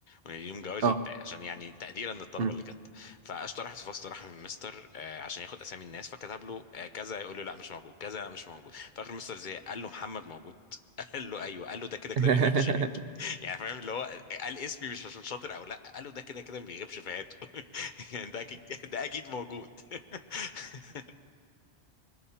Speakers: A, on the left; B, on the right.
A: يعني يوم جوائز
B: اه
A: وبتاع عشان يعني تقديرا للطلبه
B: أمم.
A: اللي جت فاشطر واحد في الفصل راح من مستر آه، عشان ياخد اسامي الناس فكتب له آه، كذا يقول له لا مش موجود كذا لا مش موجود فاخر مستر زي قال له محمد موجود <laughs> قال له ايوه قال له ده كده كده
B: <laughs>
A: بيغيب شهادته <laughs> يعني فاهم اللي هو قال اسمي مش عشان شاطر او لا قال له ده كده كده ما بيغيبش شهادته <laughs> يعني ده اكيد ده اكيد موجود <laughs>